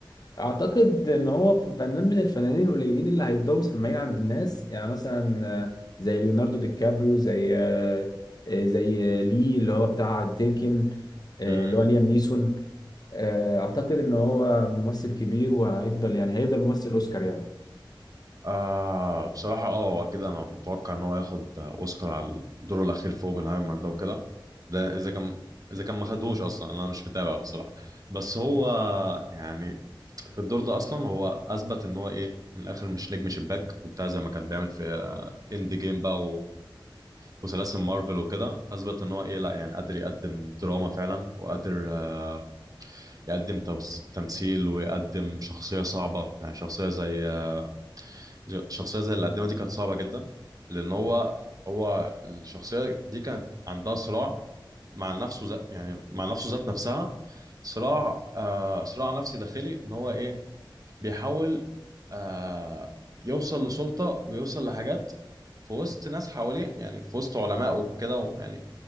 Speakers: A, on the left; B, on the right.
A: اعتقد ان هو ف- فنان من الفنانين القليلين اللي هيفضلوا مسمعين عند الناس يعني مثلا آه، زي ليوناردو دي كابريو زي آه، آه، زي آه، لي اللي هو بتاع تيكن آه،
B: مم.
A: اللي هو ليام نيسون آه، اعتقد ان هو ممثل كبير وهيفضل يعني هيفضل ممثل اوسكار يعني
B: آه بصراحة اه هو كده انا متوقع ان هو ياخد اوسكار على دوره الاخير في اوبنهايمر ده وكده ده اذا كان اذا كان ما خدهوش اصلا انا مش متابع بصراحة بس هو يعني في الدور ده اصلا هو اثبت ان هو ايه من الاخر مش نجم شباك وبتاع زي ما كان بيعمل في اند جيم بقى وسلاسل مارفل وكده اثبت ان هو ايه لا يعني قادر يقدم دراما فعلا وقادر آه، يقدم توس- تمثيل ويقدم شخصيه صعبه يعني شخصيه زي آه، ج- شخصيه زي اللي قدمها دي كانت صعبه جدا لان هو هو الشخصيه دي كانت عندها صراع مع نفسه ذات يعني مع نفسه ذات نفسها صراع آه صراع نفسي داخلي ان هو ايه بيحاول آه يوصل لسلطه ويوصل لحاجات في وسط ناس حواليه يعني في وسط علمائه وكده يعني